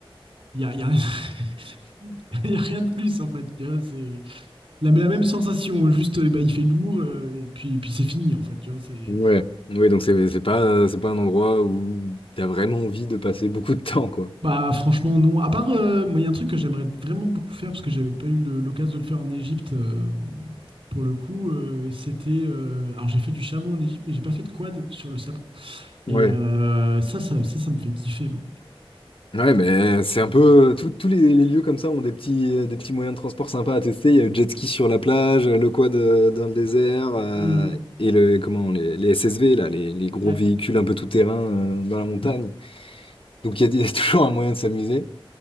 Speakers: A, on the right (about 75°); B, on the left (about 65°).
A: Il y a, il y a- <laughs> il y a rien de plus, en fait. tu vois, c'est la, la même sensation, juste eh ben, il fait lourd euh, et puis, et puis c'est fini, en fait. Tu vois, c'est...
B: Ouais. Oui, donc c'est c'est pas c'est pas un endroit où t'as vraiment envie de passer beaucoup de temps, quoi.
A: Bah, franchement, non. À part, euh, moi, il y a un truc que j'aimerais vraiment beaucoup faire parce que j'avais pas eu le- l'occasion de le faire en Égypte. euh, pour le coup, euh, c'était. euh, Alors, j'ai fait du chameau en Égypte, mais j'ai pas fait de quad sur le sable. Et
B: Ouais.
A: euh, ça, ça, ça, ça me fait kiffer, moi.
B: Ouais, mais c'est un peu tous tous les, les lieux comme ça ont des petits des petits moyens de transport sympas à tester. Il y a le jet ski sur la plage, le quad euh, dans le désert euh,
A: Hmm.
B: et le comment les, les SSV là, les, les gros
A: Ouais.
B: véhicules un peu tout-terrain euh, dans la montagne. Donc il y, a il y a <laughs> toujours un moyen de s'amuser.